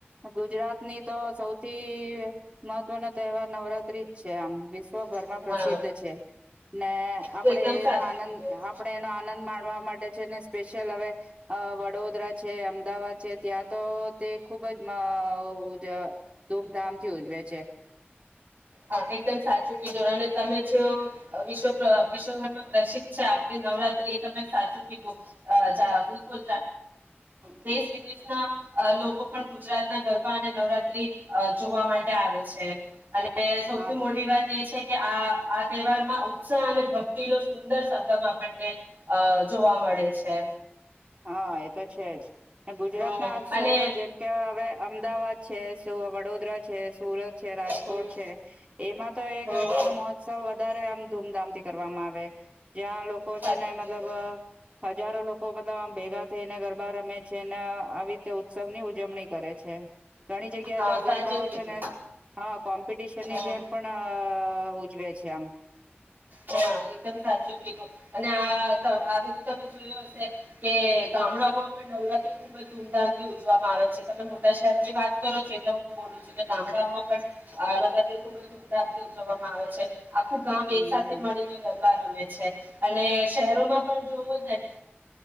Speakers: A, on the right; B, on the right.
A: ગુજરાતની તો સૌથી મહત ત્વનો તહેવાર નવરાત્રી જ છે આમ વિશ્વભરમાં
B: હા
A: પ્રસિદ્ધ છે ને આપડે
B: તો એકદમ સાચું
A: એનો આનંદ
B: કીધું
A: આપણેે એનો આનંદ માણવા માટે છે ને સ્પેશિયલ હવે અ વડોદરા છે અમદાવાદ છે ત્યાં તો તે ખુબ જ અ ઉજા ધૂમધામથી ઉજવે છે.
B: અ એકદમ સાચું કીધું અને તમે જે વિશ્વ વિશ્વભરમાં પ્રસિદ્ધ છે આપડી નવરાત્રી એ તમે સાચું કીધું અ જા બિલકુલ દેશ વિદેશના લોકો પણ ગુજરાતના ગરબા અને નવરાત્રી જોવા માટે આવે છે. ને સૌથી
A: હા
B: મોટી વાત એ છે. કે આ આ તહેવારમાં ઉત્સાહ અને ભક્તિનો સુંદર સંગમ આપણને અ જોવા મળે છે.
A: હા એતો છે જ ગુજરાત
B: હમ
A: ના શહેરો
B: અને
A: જેમ કે હવે અમદાવાદ છે, વડોદરા છે સુરત રાજકોટ
B: હમ
A: છે, એમાં તો એ
B: હમ
A: ગરબા ન મહોત્સવ વધારે આમ ધૂમધામથી કરવામાં આવે. <unintelligible> જ્યાં લોકો
B: સાચું
A: છે ને મતલબ
B: કીધું
A: હજારો લોકો મતલબ આમ ભેગા થઈને ગરબા રમે છે, અને આવી રીતે ઉત્સવની ઉજવણી કરે છે. ઘણી જગ્યા
B: હા
A: તો
B: સાચું
A: ગરબાઓ
B: કીધું
A: છે ને હા કોમ્પિટિશનની
B: હમ
A: જેમ પણ ઉજવે છે, આમ
B: હા એકદમ સાચું કીધું અને આ આ બધું તમે જોયું હશે કે ગામડાઓમાં પણ નવરાત્રી ખુબ જ ધૂમધામથી ઉજવામાં આવે છે, તમે મોટા શહેરોની વાત કરો છો એટલે હું બોલું છું કે ગામડાઓમાં પણ નવરાત્રી ખુબ જ ધૂમધામથી ઉજવવામાં આવે છે. આખું ગામ
A: હમ
B: એક સાથે મળીને ગરબા રમે છે, અને શહેરોમાં પણ જોવો ને